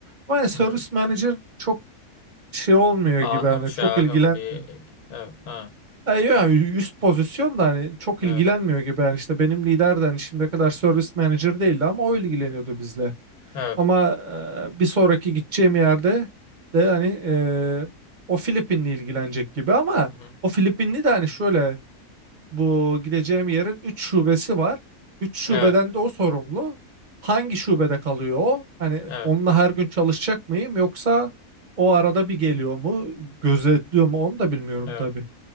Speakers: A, on the right; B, on the left.
A: Ama yani service
B: Hı hı.
A: manager çok şey olmuyor
B: Ahım
A: gibi yani
B: şahım
A: çok ilgilenmiyor.
B: bir evet ha
A: Yani yani üst pozisyon da hani çok
B: evet
A: ilgilenmiyor gibi yani işte benim lider de hani şimdiye kadar service manager
B: Hı hı.
A: değildi ama o ilgileniyordu bizle.
B: evet
A: Ama e, bir sonraki gideceğim yerde de hani e, o Filipinli ilgilenecek gibi ama
B: Hı hı.
A: o Filipinli de hani şöyle bu gideceğim yerin 3 şubesi var. 3 şubeden
B: evet
A: de o sorumlu. Hangi şubede kalıyor o? Hani
B: evet
A: onunla her gün çalışacak mıyım yoksa o arada bir geliyor mu, gözetliyor mu onu da bilmiyorum
B: evet.
A: tabii.